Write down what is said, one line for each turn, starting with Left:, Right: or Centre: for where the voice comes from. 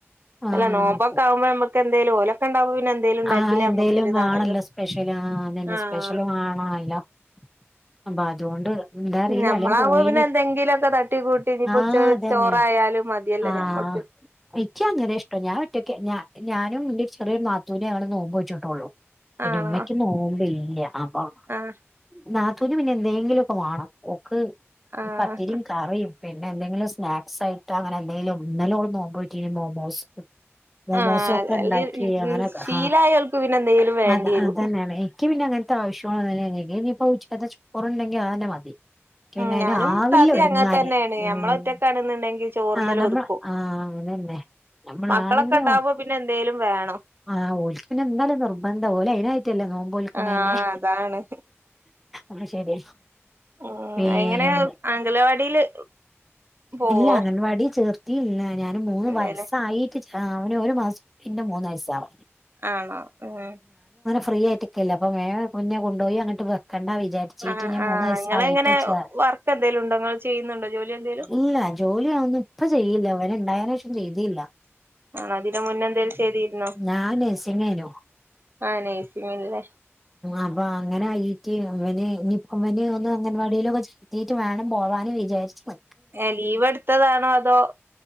Centre: ആഹ്
Right: അല്ല നോമ്പൊക്കെ ആവുമ്പം ഞമ്മക്ക് എന്തേലും ഓലൊക്കെ ഇണ്ടാവുമ്പൊ പി ന്നെ എന്തേലും ഉണ്ടാക്കില്ലേ
Centre: ആഹ് എന്തേലും
Right: നമ്മക്കൊരു ഇതാണല്ലോ
Centre: വേണല്ലോ സ്പെഷ്യൽ ആഹ് അതന്നെ
Right: ആഹ്
Centre: സ്പെഷ്യൽ വേണല്ലോ
Right: <unintelligible>
Centre: അപ്പൊ അതുകൊണ്ട് എന്താ അറിയില്ല
Right: ഞമ്മളാവുമ്പം
Centre: അളിയൻ പോയിന്
Right: പിന്നെ എന്തെങ്കിലു ഒക്കെ തട്ടിക്കൂട്ടി ഇഞിപ്പ
Centre: ആഹ്
Right: ഉച്ചവരെ
Centre: അതന്നെ
Right: ചോറായാലും മതിയല്ലോ
Centre: ആഹ്
Right: ഞമ്മക്ക്
Centre: ഇയ്ക്ക് അങ്ങനെ ഇഷ്ടം ഞാൻ ഒറ്റക്ക് ഞാ ഞാനും ന്റെ ചെറിയൊരു നാത്തൂനെ <unintelligible> നോമ്പോറ്റിട്ടൊള്ളൂ. പിന്നെ
Right: ആണോ
Centre: ഉമ്മയ്ക്ക് നോമ്പില്ല അപ്പം.
Right: ആഹ്
Centre: നാ ത്തൂൻ പിന്നെ എന്തേങ്കിലൊക്കെ വാണം. ഓക്ക്
Right: ആഹ്
Centre: പത്തിരിം കറി പിന്നെ എന്തെങ്കിലും സ്നാക്സ് ആയി രെന്തേലും ഇന്നലെ ഓൾ നോമ്പോറ്റിന്ന് മൊമോസ്. മോമോസോ
Right: ആഹ്
Centre: ഒക്കെ
Right: അല്ലെ
Centre: ഉണ്ടാക്കി അങ്ങനെ ക്കെ
Right: ശീലായോൽക്ക്
Centre: ഹാ
Right: പിന്നെ എന്തെങ്കിലും വേണ്ടി
Centre: അത
Right: വരും
Centre: അതന്നേണെ ഇയ്ക്ക് പിന്നെ അങ്ങ ൻത്ത ആവശ്യങ്ങൾ ഒന്നുല്ല്യ ഇനിക്കിനിപ്പൊ ഉച്ചക്കത്തെ ചോറുണ്ടെങ്കിൽ അതന്നെ മതി എനിക്ക്
Right: ഉം
Centre: പിന്നെ അതിന്
Right: ഞാനും
Centre: ആവില്ല
Right: താത്തീ
Centre: ഒരുങ്ങാന്
Right: അങ്ങൻത്തന്നെണ് ഞമ്മള്
Centre: ഉം
Right: ഒറ്റക്കാണ് ഇന്നുണ്ടെങ്കിൽ ചോർമ്മല്
Centre: ആ നമ്മൾ
Right: ഒതുക്കും.
Centre: ആ അതന്നെ നമ്മളാണെങ്കി
Right: മക്കളൊക്കെ ഉണ്ടാവുമ്പോ പിന്നെ എന്തേലും വേണം.
Centre: ആ ഓൽക്ക് എന്തായാലും നിർബന്ധാ. ഓല് അയിനായി റ്റല്ലെ നോമ്പ് നോൽക്കണതെന്നെ
Right: ആഹ് അതാണ്
Centre: ആ ശരി
Right: ഉം
Centre: പീ
Right: എങ്ങനെ
Centre: നെ
Right: അംഗലവാടിയില് പോവോ
Centre: ഇല്ല അംഗൻവാടി ചേർ ത്തീല്ല. ഞാന് മൂന്ന്
Right: എന്തേലും
Centre: വയസായിട്ട് ചേ അവന് ഒരു മാസം <unintelligible> കഴിഞ്ഞ മൂന്ന് വയസ്സാവ
Right: ആണോ ഉം
Centre: ഫ്രീ ആയിട്ട്ക്കല്ലെ അപ്പം വേം മുന്നെ കൊണ്ടോയി അങ്ങട്ട് വ കണ്ടാ വിചാരിച്ചീട്ട്
Right: ആ
Centre: ഞാൻ
Right: ആ
Centre: മൂന്ന് വയസായിട്ട്
Right: നിങ്ങളെങ്ങനെ
Centre: ചേ.
Right: വർക്ക് എന്തേലും ഉണ്ടോ നിങ്ങൾ ചെയ്യുന്നുണ്ടോ ജോലി എന്തേലും
Centre: ഇല്ല ജോലി യവൊന്നും ഇപ്പൊ ചെയ്യില്ല ഇവന് ഉണ്ടായേന് ശേഷം ചെയ്തീല്ല.
Right: ആണൊ ഇതിന് മുന്നന്തേലും ചെയ്തിരുന്നോ.
Centre: ഞാൻ നഴ്സിംങേനു
Right: ആ നഴ്സിംഗല്ലേ
Centre: അപ്പൊ അങ്ങനായി റ്റ് ഇവന് ഇഞിപ്പം വന് ഒന്ന് അംഗൻവാടിയിലൊക്കെ ചേർത്തിട്ട് വേണം പോവാന് വിചാരിച്ചു മ
Right: ഏ ലീവ് എടുത്തതാണോ അതോ